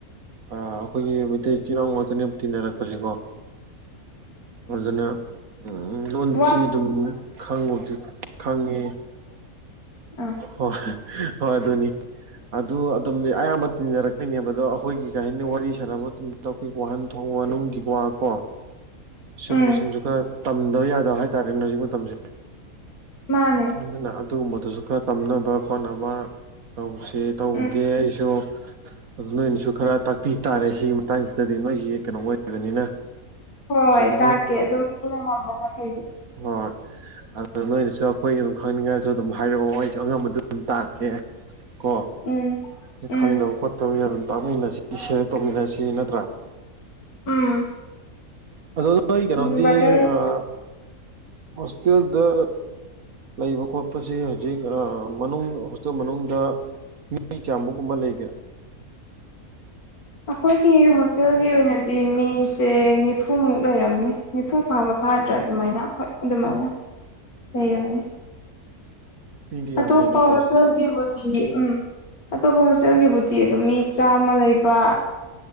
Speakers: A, on the right (about 70°); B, on the left (about 80°).
A: ꯑꯥ ꯑꯈꯣꯏꯒꯤ ꯃꯩꯇꯩ ꯏꯆꯤꯟꯅꯥꯎ ꯉꯥꯛꯇꯅꯦꯕ ꯇꯤꯟꯅꯔꯛꯄꯖꯦꯀꯣ ꯑꯗꯨꯗꯨꯅ ꯎꯝ ꯂꯣꯟꯆꯤ
B: ꯋꯥ
A: ꯑꯗꯨꯝ ꯈꯪꯕꯨꯗꯤ ꯈꯪꯉꯦ
B: ꯑꯥ
A: ꯍꯣꯏ ꯍꯣꯏ ꯑꯗꯨꯅꯤ ꯑꯗꯨ ꯑꯗꯨꯝ ꯑꯌꯥꯝꯕ ꯇꯤꯟꯅꯔꯛꯄꯩꯅꯦꯕ ꯑꯗꯣ ꯑꯈꯣꯏꯒꯤ ꯀꯩ ꯍꯥꯏꯅꯤ ꯋꯥꯔꯤ ꯁꯥꯟꯅꯕ ꯇꯨꯡ ꯇꯧꯀꯤ ꯋꯥꯍꯟ ꯊꯣꯡ ꯋꯥꯅꯨꯡꯒꯤ ꯋꯥ ꯀꯣ ꯁꯤꯒꯨꯝꯕꯁꯤꯡꯁꯨ
B: ꯎꯝ
A: ꯈꯔ ꯇꯝꯗꯕ ꯌꯥꯗꯕ ꯍꯥꯏꯇꯥꯔꯦꯅꯦ ꯍꯧꯖꯤꯛ ꯃꯇꯝꯁꯦ
B: ꯃꯥꯟꯅꯦ
A: ꯑꯗꯨꯅ ꯑꯗꯨꯒꯨꯝꯕꯗꯨꯁꯨ ꯈꯔ ꯇꯝꯅꯕ ꯈꯣꯠꯅꯕ ꯇꯧꯁꯤ ꯇꯧꯒꯦ
B: ꯎꯝ
A: ꯑꯩꯁꯨ ꯑꯗꯨ ꯅꯣꯏꯅꯁꯨ ꯈꯔ
B: ꯎꯝ
A: ꯇꯥꯛꯄꯤ ꯇꯥꯔꯦ ꯁꯤꯒꯤ ꯃꯇꯥꯡꯁꯤꯗꯗꯤ ꯅꯣꯏꯒꯤ ꯀꯩꯅꯣ ꯑꯣꯏꯕꯅꯤꯅ
B: ꯍꯣꯏ
A: ꯑꯗꯨ
B: ꯇꯥꯛꯀꯦ ꯑꯗꯨꯝ ꯑꯩꯅ ꯉꯝꯕ ꯃꯈꯩꯗꯤ
A: ꯍ ꯑꯗꯨꯗ ꯅꯣꯏꯅꯁꯨ ꯈꯣꯏꯒꯤ ꯑꯗꯨꯝ ꯈꯪꯅꯤꯡꯉꯛꯑꯁꯨ ꯑꯗꯨꯝ ꯍꯥꯏꯔꯛꯑꯣ ꯑꯩꯁꯨ ꯑꯉꯝꯕꯗꯨ ꯗꯨꯝ ꯇꯥꯛꯀꯦ ꯀꯣ
B: ꯎꯝ ꯎꯝ
A: ꯈꯪꯗꯕ ꯈꯣꯠ ꯇꯧꯃꯤꯟꯅ ꯑꯗꯨꯝ ꯇꯥꯛꯃꯤꯟꯅꯁꯤ ꯁꯤꯌꯔ ꯇꯧꯃꯤꯟꯅꯁꯤ ꯅꯠꯇ꯭ꯔꯥ
B: ꯎꯝ
A: ꯑꯗꯣꯅꯣꯢ ꯀꯩꯅꯣꯗꯤ
B: ꯎꯝ ꯕꯔꯗꯔ
A: ꯑꯥ ꯍꯣꯁꯇꯦꯜꯗ ꯂꯩꯕ ꯈꯣꯠꯄꯁꯤ ꯍꯧꯖꯤꯛ ꯑꯥ ꯃꯅꯨꯡ ꯍꯣꯁꯇꯦꯜ ꯃꯅꯨꯡꯗ ꯃꯤ ꯀꯌꯥꯃꯨꯛꯒꯨꯝꯕ ꯂꯩꯒꯦ
B: ꯑꯩꯈꯣꯏꯒꯤ ꯍꯣꯁꯇꯦꯜꯒꯤ ꯑꯣꯏꯅꯗꯤ ꯃꯤꯁꯦ ꯅꯤꯐꯨꯃꯨꯛ ꯂꯩꯔꯝꯅꯤ꯫ ꯅꯤꯐꯨ ꯐꯥꯕ ꯐꯥꯗ꯭ꯔꯥ ꯑꯗꯨꯃꯥꯏꯅ ꯍꯣꯏ ꯑꯗꯨꯃꯥꯏꯅ ꯂꯩꯔꯝꯅꯤ꯫
A: ꯑꯣ ꯃꯤꯗꯤ
B: ꯑꯇꯣꯞꯄ
A: ꯌꯥꯝꯗꯦꯅꯦꯀꯣ
B: ꯍꯣꯁꯦꯜꯒꯤꯕꯨꯗꯤ ꯎꯝ ꯑꯇꯣꯞꯄ ꯍꯣꯁꯇꯦꯜꯒꯤꯕꯨꯗꯤ ꯑꯗꯨꯝ ꯃꯤ ꯆꯥꯝꯃ ꯂꯩꯕ꯫